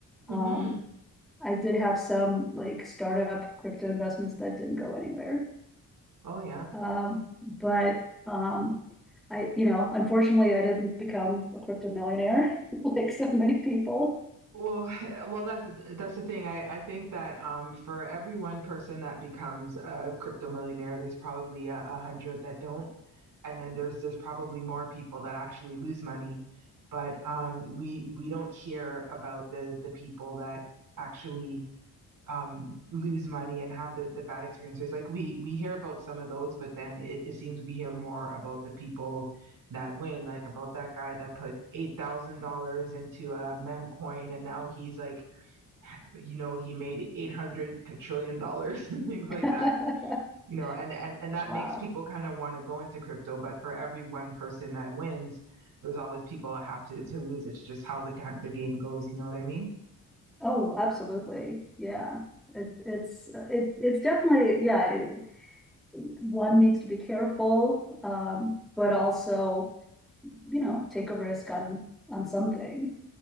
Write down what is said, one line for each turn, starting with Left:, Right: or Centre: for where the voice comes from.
Right: hmm
Centre: Um, I did have some like startup crypto investments that didn't go anywhere.
Right: Oh yeah.
Centre: Um, but um, I, you know, unfortunately, I didn't become a crypto millionaire <laughs> like so many people.
Right: Well, <laughs> well, that's that's the thing. I I think that um for every one person that becomes a crypto millionaire, there's probably a, a hundred that don't, and then there's there's probably more people that actually lose money. But um we we don't hear about the the people that actually um, lose money and have the, the bad experiences. Like we we hear about some of those, but then it, it seems we hear more about the people that win, like about that guy that put eight thousand dollars into a mem coin and now he's like, you know, he made eight hundred quadrillion dollars <laughs> and things like
Centre: <laughs>
Right: that. You know, and and and that
Centre: Wow.
Right: makes people kind of want to go into crypto. But for every one person that wins, there's always people that have to to lose. It's just how the the game goes. You know what I mean?
Centre: Oh, absolutely. Yeah. It, it's it it's definitely yeah, it, one needs to be careful, um, but also you know take a risk
Right: Mhm.
Centre: on on something